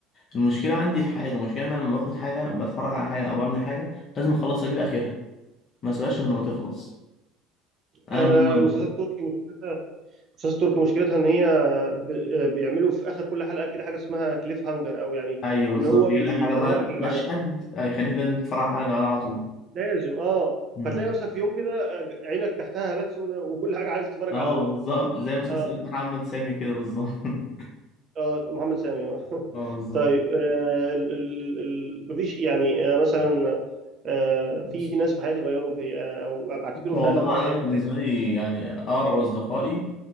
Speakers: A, on the left; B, on the right.
A: المشكلة عندي في حاجة المشكلة إن أنا لما باخد حاجة بتفرج على حاجة أو بعمل حاجة لازم أخلص أجيب آخرها ما أسيبهاش غير لما تخلص أنا
B: انا
A: من النوع
B: مسلسلات
A: ده
B: تركي مسلسلات مسلسلات تركي مشكلتها ان هي ب- بيعملوا في اخر كل حلقه كده حاجه اسمها كليف هانجر او يعني
A: أيوه بالظبط
B: ان هو
A: كده
B: بيشوقك
A: حاجة ما-
B: اللي
A: مشهد
B: بعدها
A: هيخليك لازم تتفرج على اللي بعدها على طول
B: لازم اه
A: مم.
B: فتلاقي نفسك في يوم كده عينك تحتها هالات سوداء وكل حاجه عايز تتفرج
A: أه
B: على ال-
A: بالظبط زي مسلسلات
B: اه
A: محمد سامي كده بالظبط <laughs>
B: اه محمد سامي اه <laughs>
A: أه بالظبط
B: طيب آه ال- ال- ال- مفيش يعني آه مثلا آه
A: بص
B: في ناس في حياتي غيروا في آه او بعتبرهم
A: بص، هو
B: نقله
A: طبعا
B: نوعيه
A: أنا
B: في
A: بالنسبة
B: حياتي
A: لي يعني أقرب أصدقائي